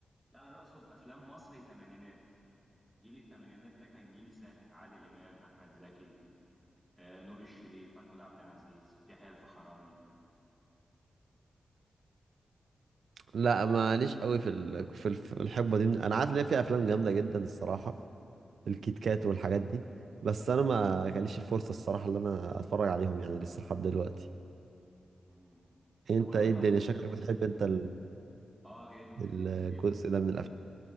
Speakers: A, in the centre; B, on the right (about 75°).
A: لا انا اقصد افلام مصري ثمانينات جيل الثمانينات ده كان جيل ساحر عادل امام احمد زكي آه نور الشريف محمود عبد العزيز يحيى الفخراني
B: لا ماليش قوي في ال- في ال- في الحقبه دي انا عارف ان هي في افلام جامده جدا الصراحه الكيت كات والحاجات دي بس انا ما جاليش الفرصه الصراحه اللي انا اتفرج عليهم يعني لسه لحد دلوقتي
A: مم.
B: انت
A: طب ولو
B: ايه
A: انت
B: الدنيا
A: هت-
B: شكلك بتحب انت ال-
A: اه جدا
B: الجزء
A: جدا
B: ده من الافلام